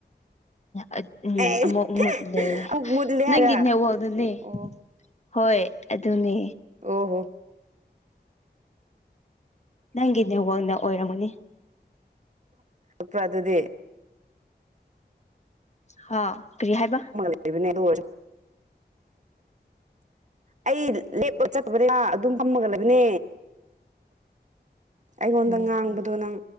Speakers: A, on the left; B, on the right.
A: ꯑꯥ ꯎꯝ
B: ꯑꯦ
A: ꯑꯃꯨꯛ ꯃꯨꯠꯂꯦ
B: ꯑꯃꯨꯛ ꯃꯨꯠꯂꯦ
A: ꯅꯪꯒꯤ
B: ꯍꯥꯏꯔ
A: ꯅꯦꯠꯋꯥꯛꯅꯅꯦ
B: ꯑꯣ
A: ꯍꯣꯏ ꯑꯗꯨꯅꯦ
B: ꯑꯣ ꯍꯣ
A: ꯅꯪꯒꯤ ꯅꯦꯠꯋꯥꯛꯅ ꯑꯣꯏꯔꯝꯃꯅꯤ
B: ꯐꯛꯄ꯭ꯔꯥ ꯑꯗꯨꯗꯤ
A: ꯍꯥ ꯀꯔꯤ ꯍꯥꯏꯕ
B: ꯑꯣꯏꯕꯅꯦ ꯑꯗꯨ ꯑꯣꯏꯁꯨ ꯑꯩ ꯂꯦꯞꯂ ꯆꯠꯄꯅꯦ ꯑꯗꯨꯝ ꯄꯝꯃꯒ ꯂꯩꯕꯅꯦ ꯑꯩꯉꯣꯟꯗ
A: ꯑꯣ
B: ꯉꯥꯡꯕꯗꯣ ꯅꯪ